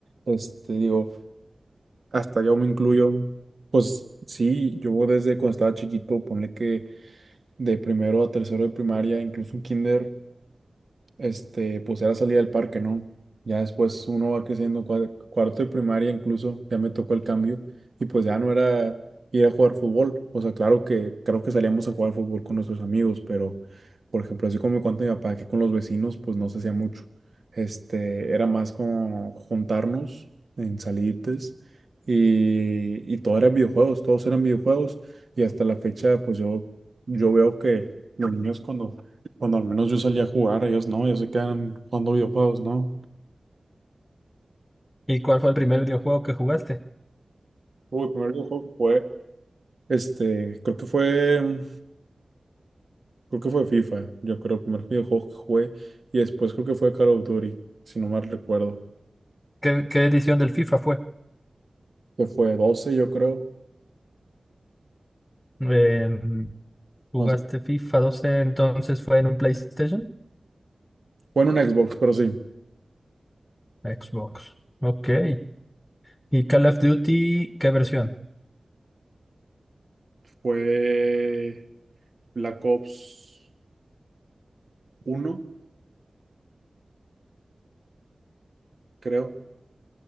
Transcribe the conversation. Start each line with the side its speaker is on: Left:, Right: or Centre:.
Right: este, digo, hasta yo me incluyo, pues sí, yo desde cuando estaba chiquito, ponle que de primero a tercero de primaria, incluso en kinder, este, pues era salir al parque, ¿no? Ya después uno va creciendo, cua- cuarto y primaria incluso, ya me tocó el cambio y pues ya no era ir a jugar fútbol. O sea, claro que claro que salíamos a jugar fútbol con nuestros amigos, pero por ejemplo, así como me cuenta mi papá que con los vecinos, pues no se hacía mucho. Este, era más como juntarnos en salites y, y todo eran videojuegos, todos eran videojuegos y hasta la fecha, pues yo, yo veo que los niños cuando cuando al menos yo salía a jugar, ellos no, ellos se quedan jugando videojuegos, ¿no?
Left: ¿Y cuál fue el primer videojuego que jugaste?
Right: Uy, el primer videojuego que jugué, este, creo que fue, mm, creo que fue FIFA, yo creo, el primer videojuego que jugué, y después creo que fue Call of Duty, si no mal recuerdo,
Left: ¿Qué, qué edición del FIFA fue?
Right: que fue 12, yo creo,
Left: Eh, ¿Jugaste
Right: o sea,
Left: FIFA 12, entonces fue en un PlayStation?
Right: fue en un Xbox, pero sí,
Left: Xbox. Ok. ¿Y Call of Duty, qué versión?
Right: fue Black Ops uno creo,